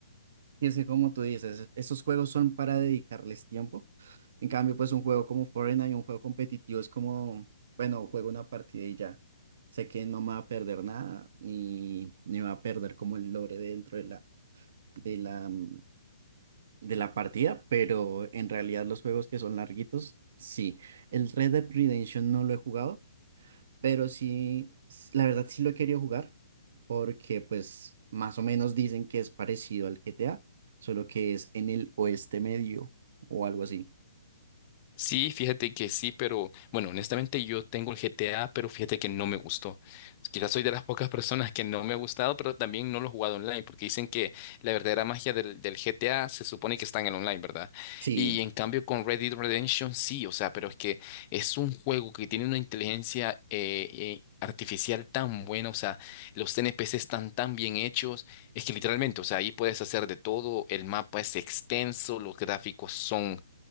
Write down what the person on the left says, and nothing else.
Sí, fíjate que sí, pero bueno, honestamente yo tengo el GTA, pero fíjate que no me gustó. Quizás soy de las pocas personas que no me ha gustado, pero también no lo he jugado online, porque dicen que la verdadera magia del, del GTA se supone que está en el online, ¿verdad?
Y en cambio con Red Dead Redemption sí, o sea, pero es que es un juego que tiene una inteligencia eh, eh, artificial tan buena, o sea, los NPC están tan bien hechos. Es que literalmente, o sea, ahí puedes hacer de todo, el mapa es extenso, los gráficos son